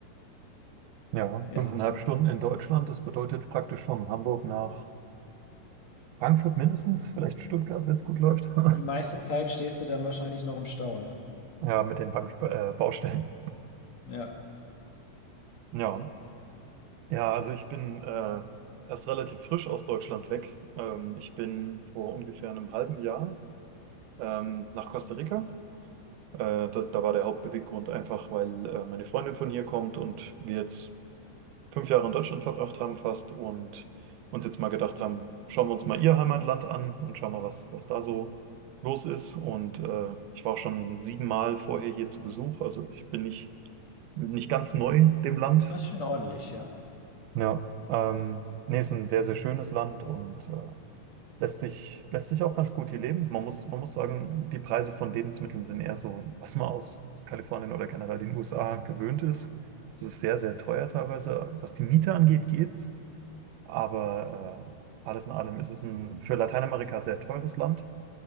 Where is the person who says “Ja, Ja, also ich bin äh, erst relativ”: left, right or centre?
Right